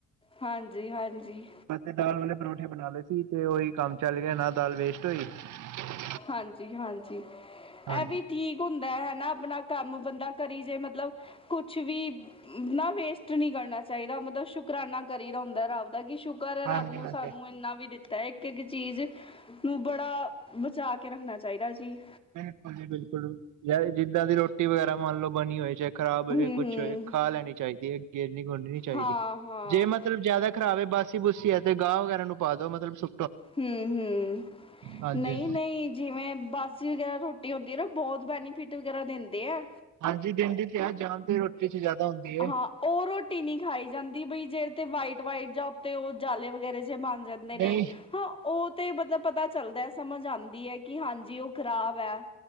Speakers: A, on the left; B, on the right.
A: ਹਾਂਜੀ ਹਾਂਜੀ
B: ਬ ਦਾਲੇ ਆਲੇ ਪਰੌਠੇ ਬਣਾ ਲਏ ਸੀ ਤੇ ਉਹੀ ਕੰਮ ਚੱਲ ਗਿਆ ਨਾ ਦਾਲ ਵੇਸਟ <unintelligible>
A: ਹਾਂਜੀ ਹਾਂਜੀ
B: ਹਾਂਜੀ।
A: ਇਹ ਵੀ ਠੀਕ ਹੁੰਦੈ ਹੈਨਾ ਆਪਣਾ ਕੰਮ ਬੰਦਾ ਕਰੀ ਜੇ ਮਤਲਬ ਕੁਛ ਵੀ ਨਾ ਵੇਸਟ ਨੀ ਕਰਨਾ ਚਾਹੀਦਾ ਮਤਲਬ ਸ਼ੁਕਰਾਨਾ ਕਰੀਦਾ ਹੁੰਦੈ ਰਬ ਦਾ ਕਿ ਸ਼ੁਕ ਕਰ
B: ਹਾਂਜੀ
A: ਰੱਬ ਨੂੰ
B: ਹਾਂਜੀ।
A: ਸਾਨੂੰ ਇੰਨਾ ਵੀ ਦਿੱਤੈ ਇੱਕ ਇੱਕ ਚੀਜ਼ ਨੂੰ ਬੜਾ ਬਚਾ ਕੇ ਰੱਖਣਾ ਚਾਹੀਦਾ ਜੀ
B: ਬਿਲਕੁਲ ਜੀ ਬਿਲਕੁਲ ਜ ਜਿੱਦਾਂ ਦੀ ਰੋਟੀ ਵਗੈਰਾ ਮੰਨ ਲੋ ਬਣੀ ਹੋਏ ਚ ਖ਼ਰਾਬ
A: ਹੂੰ
B: ਹੋਏ ਕੁਛ
A: ਹੂੰ
B: ਹੋਏ ਖਾ ਲੈਣੀ ਚਾਹੀਦੀ ਏ ਗੇਰਨੀ ਗੁਰਨੀ ਨੀ ਚਾਹੀਦੀ
A: ਹਾਂ ਹਾਂ
B: ਜੇ ਮਤਲਬ ਜ਼ਿਆਦਾ ਖਰਾਵੇ ਬਾਸੀ ਬੂਸੀ ਹੈ ਤੇ ਗਾਹ ਵਗੈਰਾ ਨੂੰ ਪਾ ਦੋ ਮਤਲਬ ਸੁ
A: ਹਮ ਹਮ
B: ਹਾਂਜੀ।
A: ਨਹੀਂ ਨਹੀਂ ਜਿਵੇਂ ਬਾਸੀ ਵਗੈਰਾ ਰੋਟੀ ਹੁੰਦੀ ਏ ਨਾ ਬਹੁਤ ਬੈਨੀਫਿਟ ਵਗੈਰਾ ਦਿੰਦੀ ਏ।
B: ਹਾਂਜੀ ਕਹਿੰਦੇ ਤੇ ਆ ਜਾਨ ਤੇ ਰੋਟੀ ਚ ਜਿਆਦਾ ਹੁੰਦੀ ਏ।
A: ਹਾਂ ਉਹ ਰੋਟੀ ਨਹੀਂ ਖਾਈ ਜਾਂਦੀ ਬਈ ਜੇ ਤੇ ਵਾਈਟ ਵਾਈਟ ਜਾਂ ਉਤੇ ਉਹ ਜਾਲੇ ਵਗੈਰੇ ਜੇ ਬਣ ਜਾਂਦੇ ਨੇ
B: ਨਹੀਂ
A: ਹਾਂ ਉਹ ਤੇ ਮਤਲਬ ਪਤਾ ਚੱਲਦੈ ਸਮਝ ਆਂਦੀ ਏ ਕਿ ਹਾਂਜੀ ਉਹ ਖ਼ਰਾਬ ਹੈ।